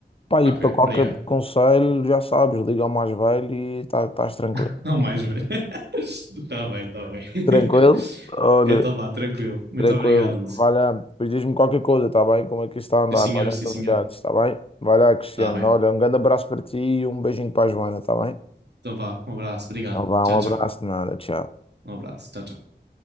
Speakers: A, on the left; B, on the right.
A: pá, e
B: Ok,
A: para qualquer
B: obrigado.
A: conselho, já sabes, liga ao mais velho e tá- estás tranquilo.
B: <laughs> Não mais, velho. <laughs> Está bem, está bem. <laughs>
A: Tranquilo? Olha,
B: Então vá, tranquilo. Muito
A: Tranquilo,
B: obrigado, Lúcio.
A: vai lá, depois diz-me qualquer coisa, tá bem? Como é que isto está a andar?
B: Sim, senhor,
A: Vai dando
B: sim,
A: novidades,
B: senhor.
A: tá bem? Vai lá, Cristiano.
B: Está bem.
A: Olha, um grande abraço para ti e um beijinho para a Joana, tá bem?
B: Então vá, um abraço, obrigado.
A: Então vá,
B: Tchau,
A: um
B: tchau.
A: abraço de nada, tchau.
B: Um abraço, tchau, tchau.